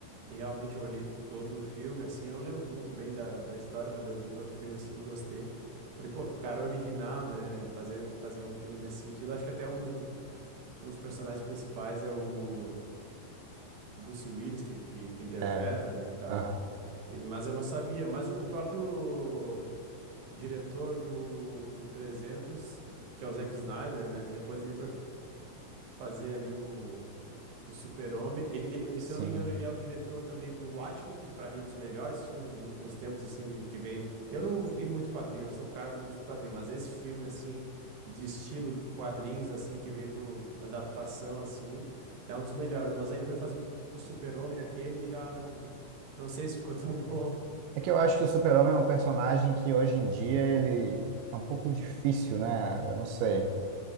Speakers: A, on the right; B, on the right.
A: E realmente eu olhei todo o filme, assim. Eu não lembro muito bem da, da história, mas eu vi todo o filme assim e gostei. Falei, pô, que cara original, né? Fazer, fazer um filme desse sentido. Acho que até um dos um dos personagens principais é o Bruce Willis, que, que, que interpreta,
B: É.
A: né, e tal.
B: Aham,
A: E- mas eu não sabia. Mas o, o próprio diretor do, do 300, que é o Zack Snyder, né, depois ele foi fazer ali o o Super-Homem, ele, ele,
B: Sim.
A: se eu não me engano, ele é o diretor também do Watchmen, que pra mim é um dos melhores filmes dos últimos tempos, assim, de- que vem. Eu não vi muito quadrinho, não sou um cara muito de quadrinho, mas esse filme, assim, de estilo de quadrinhos, assim, que vem pro adaptação, assim, é um dos melhores. Mas aí ele foi fazer o Super-Homem aquele e já não, não sei se ficou tão <laughs> bom
B: É que eu acho que o Super-Homem é um personagem que hoje em dia ele é um pouco difícil, né? Eu não sei.